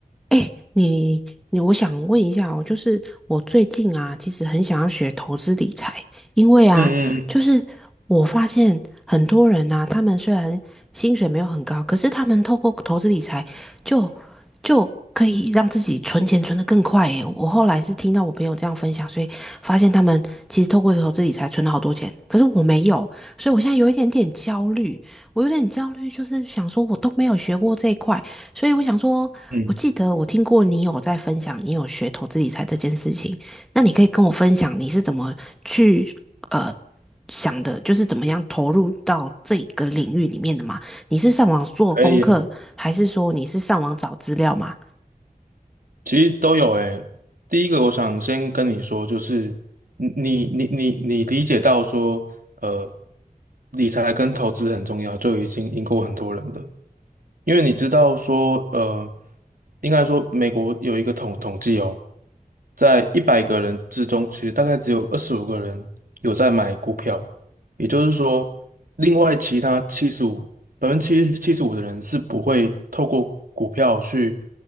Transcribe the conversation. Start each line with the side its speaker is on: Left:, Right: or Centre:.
Centre: 哎，你你，我想问一下哦，就是我最近啊，其实很想要学投资理财，因为啊，
Right: 嗯嗯
Centre: 就是我发现很多人呐、他们虽然薪水没有很高，可是他们透过投资理财就就可以让自己存钱存得更快耶。我后来是听到我朋友这样分享，所以发现他们其实透过投资理财存了好多钱，可是我没有，所以我现在有一点点焦虑，我有点焦虑，就是想说我都没有学过这一块。所以我想说，
Right: 嗯，
Centre: 我记得我听过你有在分享，你有学投资理财这件事情，那你可以跟我分享你是怎么去呃想的，就是怎么样投入到这个领域里面的吗？你是上网做功课，
Right: 可以啊，
Centre: 还是说你是上网找资料嘛？
Right: 其实都有诶。第一个，我想先跟你说，就是你你你你理解到说，呃，理财跟投资很重要，就已经赢过很多人的。因为你知道说，呃，应该说美国有一个统统计哦，在一百个人之中，其实大概只有二十五个人有在买股票，也就是说，另外其他七十五百分之七十五的人是不会透过股票去